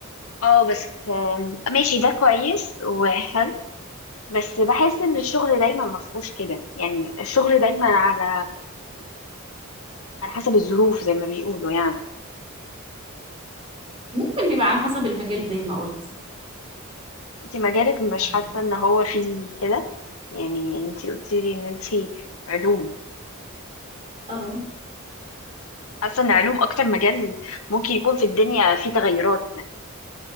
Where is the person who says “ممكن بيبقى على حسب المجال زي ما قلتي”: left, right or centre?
Right